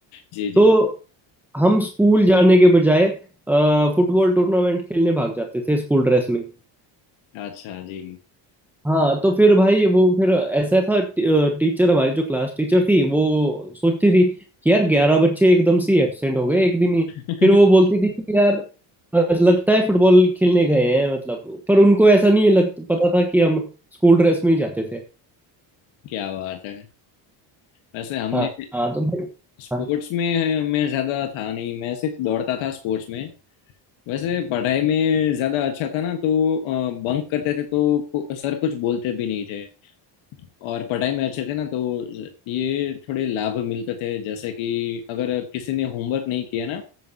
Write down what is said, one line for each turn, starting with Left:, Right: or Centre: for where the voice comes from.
Left: जी
Centre: तो
Left: जी
Centre: हम स्कूल जाने के बजाय अ, फुटबॉल टूर्नामेंट खेलने भाग जाते थे स्कूल ड्रेस में
Left: अच्छा जी
Centre: हाँ तो फिर भाई वो फिर ऐसा था टी, अ, टीचर हमारी जो क्लास टीचर थी वो सोचती थी कि यार ग्यारह बच्चे एकदम से एब्सेंट हो गए एक दिन ही
Left: <laughs>
Centre: फिर वो बोलती थी कि यार अ, लगता है फुटबॉल खेलने गए हैं मतलब पर उनको ऐसा नहीं लग पता था कि हम स्कूल ड्रेस में ही जाते थे
Left: क्या बात है वैसे हमने
Centre: हाँ हाँ तो भाई
Left: स्पोर्ट्स
Centre: हाँ
Left: में मैं ज़्यादा था नहीं मैं सिर्फ दौड़ता था स्पोर्ट्स में वैसे पढ़ाई में ज़्यादा अच्छा था ना तो बंक करते थे तो कु- सर कुछ बोलते भी नहीं थे और पढ़ाई में अच्छे थे ना तो ये थोड़े लाभ मिलते थे जैसे कि अगर किसी ने होमवर्क नहीं किया ना